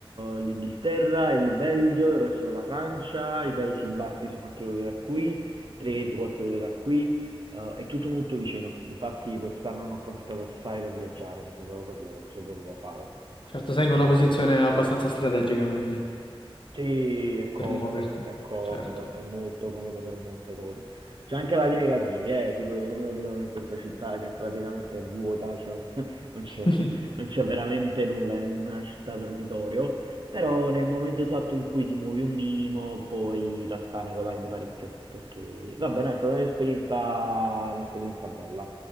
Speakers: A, on the right; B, on the left.
A: l'Inghilterra, il Belgio, il resto della Francia, i Paesi Bassi sono a tre ore da qui, 3-4 ore da qui. Eh, è tutto molto vicino, infatti quest'anno ne ho approfittato assai per viaggiare, mi sono dato proprio, mi sono dato da fare,
B: Certo, sei in
A: ti
B: una
A: dico
B: posizione
A: la verità.
B: abbastanza strategica, quindi,
A: Sì, è comodo,
B: per muoverti.
A: è comodo,
B: Certo.
A: è molto comodo per molte cose. C'è anche lati negativi, eh, tipo io sono capitato in questa città che praticamente è vuota, cioè <laughs> non c'è
B: <laughs>
A: non c'è veramente nulla, è una città dormitorio, però nel momento esatto in cui ti muovi un minimo, poi in realtà ne guadagni parecchio, perché va bene, è stata un'esperienza un'esperienza bella,